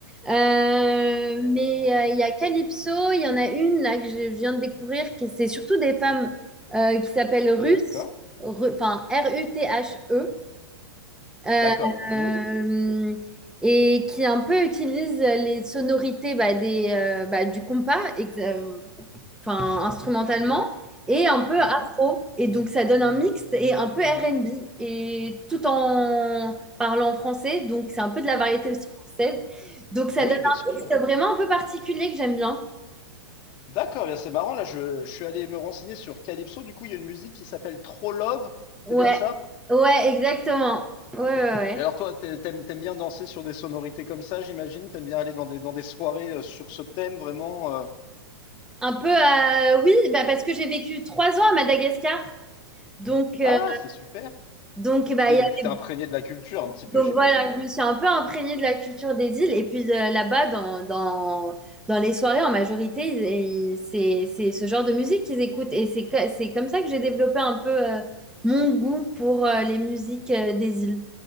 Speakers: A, in the centre; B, on the left.
A: Euh, mais euh, il y a Calypso, il y en a une là que je viens de découvrir, qui c'est surtout des femmes euh, qui s'appellent Ruth,
B: D'accord.
A: Ru- enfin R-U-T-H-E. Euh,
B: D'accord, donc Ruth.
A: euh, et qui un peu utilise les sonorités bah, des, euh, bah, du compas, ex- euh, enfin, instrumentalement, et un peu
B: Mhm.
A: afro. Et donc ça donne un mix et un peu R&B, et tout en parlant français, donc c'est un peu de la variété aussi française. Donc ça
B: Oui,
A: donne
B: bien sûr.
A: un mix vraiment un peu particulier que j'aime bien.
B: D'accord, bien c'est marrant. Là, je, je suis allé me renseigner sur Calypso. Du coup, il y a une musique qui s'appelle Trop Love.
A: Ouais,
B: C'est bien ça?
A: ouais, exactement. Ouais, ouais, ouais.
B: Et alors, toi, t'aimes, t'aimes t'aimes bien danser sur des sonorités comme ça, j'imagine? T'aimes bien aller dans des, dans des soirées euh, sur ce thème vraiment? euh.
A: Un peu, euh, oui, bah, parce que j'ai vécu trois ans à Madagascar. Donc, euh,
B: Ah, c'est super.
A: donc, bah,
B: Oui,
A: il
B: donc
A: y a-
B: tu t'es imprégné de la culture un petit peu,
A: donc
B: j'imagine.
A: voilà, je me suis un peu imprégnée de la culture des îles. Et puis euh, là-bas, dans, dans, dans les soirées, en majorité, ils- ils- c'est, c'est ce genre de musique qu'ils écoutent. Et c'est, co- c'est comme ça que j'ai développé un peu euh, mon goût pour euh, les musiques euh, des îles.